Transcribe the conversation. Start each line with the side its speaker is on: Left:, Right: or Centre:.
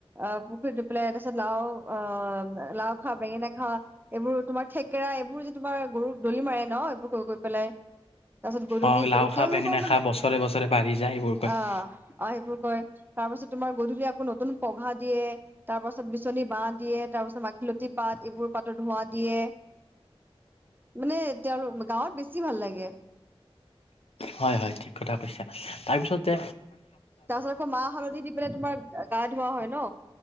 Right: আহ পুখুৰীত দি পেলাই তাৰ পাছত লাও অ লাও খা বেঙেনা খা এইবোৰত তোমাৰ থেকেৰা এইবোৰ যে তোমাৰ গৰুক দলি মাৰে ন এইবোৰ কৰি গৈ পেলাই তাৰপিছত গধূলি
Left: অ লাও
Right: তেওঁলোকৰ
Left: খা বেঙেনা
Right: মানে
Left: খা বছৰে বছৰে বাঢ়ি যায় এইবোৰ কয়
Right: অ অ সেইবোৰ কয় তাৰ পাছত তোমাৰ গধূলি আকৌ নতুন পঘা দিয়ে তাৰ পাছত বিচনী বাহহ দিয়ে তাৰপাছত মাখিলতি পাত এইবোৰ পাতত ধোৱা দিয়ে মানে তেওঁলোক গাঁৱত বেছি ভাল লাগে
Left: হয় হয় ঠিক কথা কৈছা তাৰপিছতে
Right: তাৰ পাছত আকৌ মাহ হালধি দি পেলাই তোমাৰ গা ধৱা হয় ন